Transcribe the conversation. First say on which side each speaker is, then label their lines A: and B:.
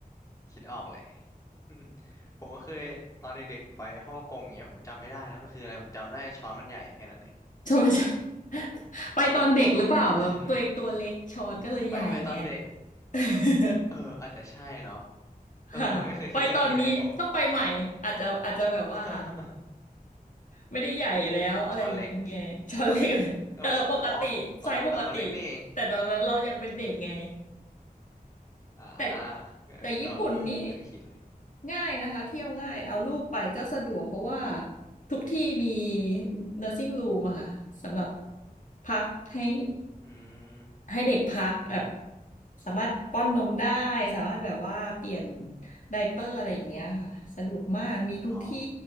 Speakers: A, on the left; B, on the left.
A: คิดออกเลย <laughs> อืมผมก็เคยตอนเด็กๆผมไปฮ่องกงอย่างเงี้ยผมจำไม่ได้แล้วมันคืออะไรผมจำได้ช้อนมันใหญ่แค่นั้นเลย
B: <laughs> ชอไม่ <laughs> ใช่ <laughs> ไปตอนเด็กหรือเปล่าแล้วตัวเองตัวเล็กช้อนก็เลยใหญ่ไง
A: อืมไปไปตอนเด็ก
B: <laughs>
A: เอออาจจะใช่เนาะ
B: ค่ะไปตอนนี้ต้องไปใหม่อาจจะอาจจะแบบว่า
A: เออไม่เคยคิดเรื่องนี้เลยโห <laughs>
B: ไม่ได้ใหญ่แล้วอะไรอย่างนี้ไงช้อนเล็กเลยเออปกติไซส์ปกติ
A: ช้อนเล็กปกติก็แบบอ๋อตอนนั้นตอนนั้นเล็กนี่เอง
B: แต่ตอนนั้นเรายังเป็นเด็กไง
A: <laughs> อ่า
B: แต่
A: เออก็เออผมไม่เคยคิดเลย
B: แต่ญี่ปุ่นนี่ง่ายนะคะเที่ยวง่ายเอาลูกไปก็สะดวกเพราะว่าทุกที่มี n u r ์ i n g room อะค่ะสำหรับพักให้
A: อืม
B: ให้เด็กพักแบบสามารถป้อนนมได้สามารถแบบว่าเปลี่ยนไดเปอร์อะไรอย่างเงี้ยค่ะสะดวกมากมีทุกที่
A: อ๋อ